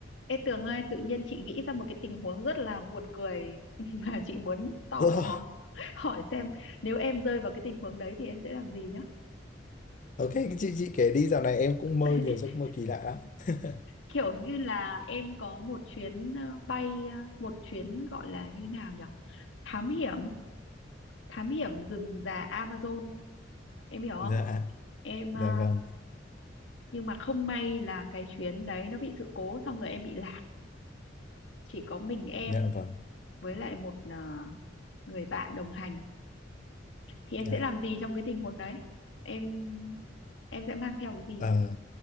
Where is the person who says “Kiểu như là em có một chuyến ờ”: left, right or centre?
Left